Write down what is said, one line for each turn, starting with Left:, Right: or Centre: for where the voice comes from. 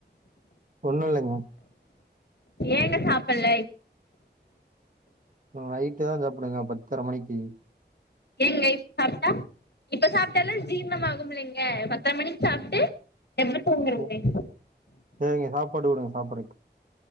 Right: ஒண்ணு இல்லங்க
Left: ஏங்க சாப்பல
Right: நைட்டு தான் சாப்பிடுவங்க பத்தர மணிக்கு
Left: ஏங்க இப்ப சாப்டா இப்ப சாப்டாலு ஜீர்ணம் ஆகும் இல்லைங்க பத்திர மணிக்கு சாப்டு எப்ப தூங்கறிங்க
Right: ஓ,
Left: நைட்
Right: சரிங்க சாப்பாடு குடுங்க சாப்பறக்கு